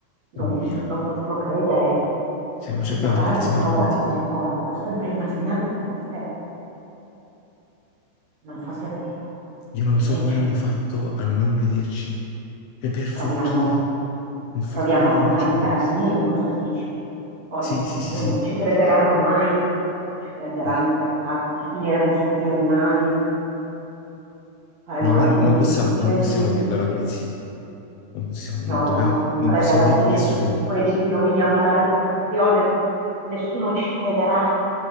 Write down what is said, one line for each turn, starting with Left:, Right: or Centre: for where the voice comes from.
Right: Non,
Left: Mamma mia,
Right: non potevo credere
Left: siamo-
Right: di
Left: ce l'abbiamo
Right: provare
Left: fatta,
Right: una
Left: siamo
Right: paura
Left: arrivati.
Right: così forte. Ho sempre immaginato che fosse se non fosse vero.
Left: Io non
Right: E
Left: so
Right: invece
Left: come hanno fatto a non vederci. E per fortuna,
Right: proviamo,
Left: per fortuna
Right: proviamo a chiamare
Left: non ci
Right: i
Left: abbiamo
Right: carabinieri,
Left: visto.
Right: cosa dici? Oddio,
Left: Sì, sì, sì, sì.
Right: non ci crederanno mai, ci prenderanno
Left: Eh,
Right: per pazzi, finiremo sui giornali, faremo
Left: No, ma
Right: la fine
Left: non
Right: di
Left: possiamo,
Right: tutti
Left: non
Right: quelli.
Left: possiamo dirlo alla polizia. Non possiamo, non
Right: No,
Left: dobbiamo,
Right: no,
Left: non
Right: faremo
Left: possiamo
Right: la
Left: dirlo
Right: fine
Left: a nessuno.
Right: di tutti quelli, ci roviniamo la reputazione. Nessuno ci crederà,